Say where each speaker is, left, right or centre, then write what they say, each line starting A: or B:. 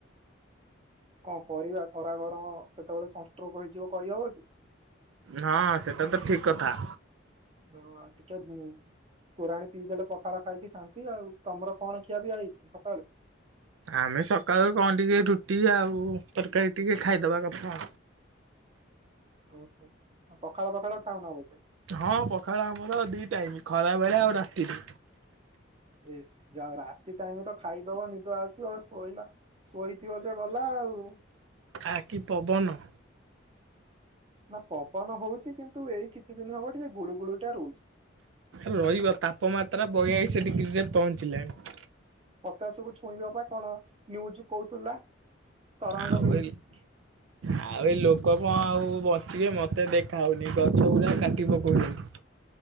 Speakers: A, on the right; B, on the right.
A: କଣ କରିବା ଖରା ଗରମ କେତେବେଳେ ସଂଷ୍ଟୋକ ହେଇଯିବ କହିହବ କି?
B: ହଁ ସେଟା ତ ଠିକ କଥା।
A: ହଁ ଟି କେ ବୁ। ତୋରାଣୀ ପିଇ ଦେେଲେ ପଖାଳ ଖାଇକି ଶାନ୍ତି ଆଉ ତମର କଣ ଖିଆପିଆ ହେଇଚି ସକାଳୁ?
B: ଆମେ ସକାଳୁ କଣ ଟିକେ ରୁଟି ଆଉ ତରକାରୀ ଟିକିଏ ଖାଇଦବା କଥା।
A: ଓହୋ ପଖାଳ ପଖାଳ ଖାଉନ ବୋଧେ?
B: ହଁ ପଖାଳ ଆମର ଦି ଟାଇମ୍ ଖରା ବେଳେ ଆଉ ରାତିରେ।
A: ବେସେ୍ ରାତି ଟାଇମ୍ ର ତ ଖାଇଦବ ନିଦ ଆସିବ ସୋଇଲ। ଶୋଇଥିବ ଯେ ଗଲା ଆଉ।
B: ଆକି ପବନ।
A: ନା ପବନ ହଉଚି କିନ୍ତୁ ଏଇ କିଛି ଦିନ ହବ ଟିକେ ଗୁଳୁ ଗୁଳି ଟା ରହୁଚି।
B: ରହିବ ତାପମାତ୍ରା ବୟାଳିଶି ଡିଗ୍ରୀରେ ପହଞ୍ଚିଲାଣି।
A: ପଚାଶ କୁ ଛୁଇଁବ ବା କଣ ନିଉଜୁ କହୁଥିଲା ତରଙ୍ଗ
B: ଆଉ
A: ମିଉଜିକ୍।
B: ଏ
A: <inaudible>
B: ଆଉ ଏଇ ଲୋକ କଣ ଆଉ ବଚିବେ ମତେ ଦେଖା ହଉନେହିଁ ଗଛ ଗୁରା କାଟି ପକଉଚନ୍ତି।